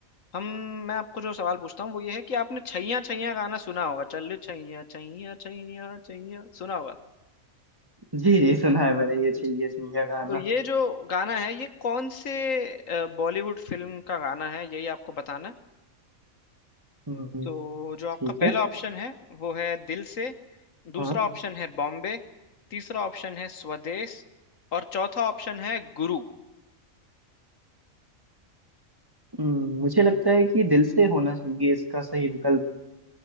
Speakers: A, on the left; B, on the right.
A: हम मैं आपको जो सवाल पूछता हूँ वो ये है कि आपने छैया छैया गाना सुना होगा चल छैया छैया छैया छैया सुना होगा
B: जी जी सुना है मैंने ये चाहिए
A: जी
B: सिंघिया गाना
A: तो ये जो गाना है ये कौन से अ, बॉलीवुड फिल्म का गाना है यही आपको बताना है
B: हम्म,
A: तो जो आपका
B: ठीक
A: पहला
B: है
A: ऑप्शन है वो है दिल से दूसरा
B: हाँ
A: ऑप्शन है बॉम्बे तीसरा ऑप्शन है स्वदेश और चौथा ऑप्शन है गुरु
B: हम्म, मुझे लगता है कि दिल से होना चाहिए इसका सही विकल्प